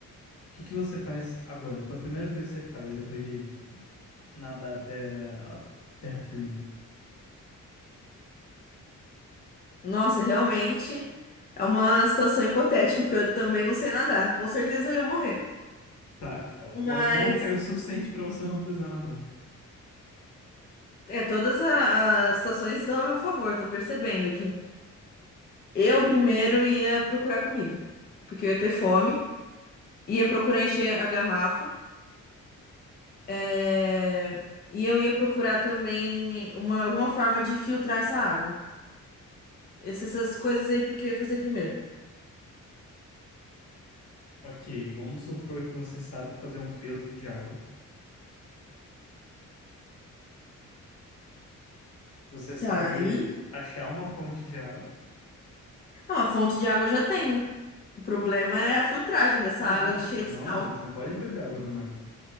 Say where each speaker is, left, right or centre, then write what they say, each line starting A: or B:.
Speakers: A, on the left (about 50°); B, on the left (about 30°).
A: O que que você faz agora? Qual é a primeira coisa que você faz depois de nadar até a terra firme?
B: Nossa, realmente é uma situação hipotética, porque eu também não sei nadar. Com certeza eu ia morrer.
A: Tá,
B: Mas,
A: o avião caiu o suficiente pra você não precisar nadar.
B: é, todas a- as situações estão a meu favor, tô percebendo aqui. Eu primeiro ia procurar comida, porque eu ia ter fome, ia procurar encher a garrafa, é, e eu ia procurar também uma, alguma forma de filtrar essa água. Essas, essas coisas aí porque eu ia fazer primeiro.
A: Ok, vamos supor que você sabe fazer um filtro de água. que Você sabe
B: Tá, aí.
A: achar uma fonte de água.
B: Ah, a fonte de água já tem, né? O problema é a filtragem dessa
A: Não,
B: água cheia
A: não,
B: de sal.
A: mas não pode beber água do mar.